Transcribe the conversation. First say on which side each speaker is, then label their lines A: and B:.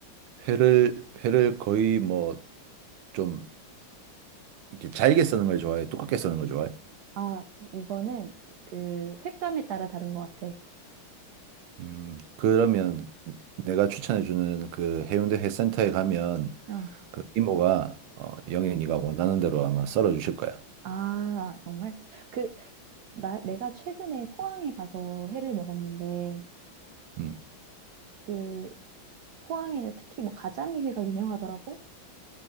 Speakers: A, on the right; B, on the right.
A: 회를 회를 거의 뭐 좀 이렇게 잘게 써는 걸 좋아해? 두껍게 써는 걸 좋아해?
B: 아, 이거는 그 횟감에 따라 다른 것 같아.
A: 음. 그러면 내가 추천해 주는 그 해운대 회센터에 가면
B: 어.
A: 그 이모가 어, 영애 네가 원하는 대로 아마 썰어 주실 거야.
B: 아, 정말? 그, 나, 내가 최근에 포항에 가서 회를 먹었는데,
A: 음.
B: 그, 포항에는 특히 뭐 가자미 회가 유명하더라고?